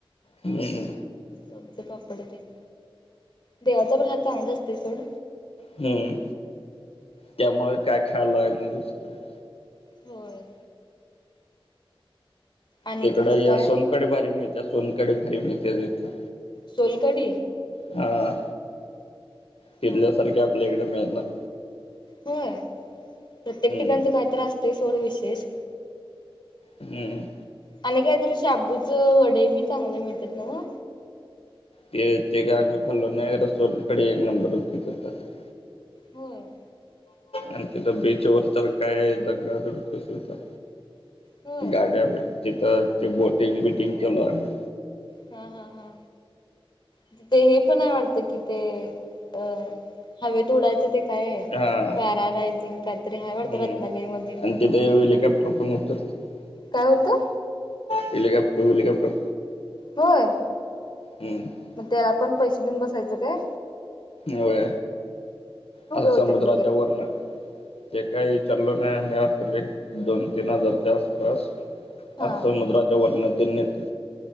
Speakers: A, on the left; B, on the left.
A: हम्म.
B: लोणचं, पापड तेन. देवाचा <unintelligible> चांगल असतय सोड.
A: हम्म. त्यामुळे काय खायला लागत नाही दुसरीकडं.
B: होय. आणि
A: तिकड
B: तिथं
A: या
B: काय
A: सोलकढी भारी मिळतया. सोनकढी भारी मिळते तिथे.
B: सोलकढी?
A: हां. तिथल्यासारखी
B: हा हा
A: आपल्याइकडे मिळत नाही.
B: व्हय? प्रत्येक ठिकाणच
A: हम्म
B: काहीतर असतय सोड विशेष.
A: हम्म.
B: आणि काहीतरी शाबूचं वडे बी चांगले मिळतात नव्ह?
A: ते ते काय आम्ही खाल्लो नाय. रस्तोरंट कडे <unintelligible>
B: होय.
A: आणि तिथं बीचवर तर काय? <unintelligible> कसं होता
B: होय
A: गाड्या हेत तिथ ते बोटींग बिंटींग केल आम्ही.
B: हा हा हा. म ते हे पण ए वाटत तिथे. ते अ हवेत उडायचं ते- काय?
A: हा
B: पॅरालायझिंग काहीतरी हाय वाटतं
A: हम्म
B: रत्नागिरी मधे.
A: आणि तिथे हेलिकॉप्टर पण उतरत
B: काय होतं?
A: हेलिकॉप्टर. हलिकॉप्टर.
B: होय?
A: हम्म
B: मग त्याला आपण पैसे देऊन बसायचं का?
A: होय. अस
B: होते
A: समुद्राच्या
B: तिकीट?
A: वरन. ते काही विचारल नाही आम्ही. असले एक दोन तीन हजारच्या आसपास.
B: हा.
A: अस समुद्राच्या वरन ते नेत.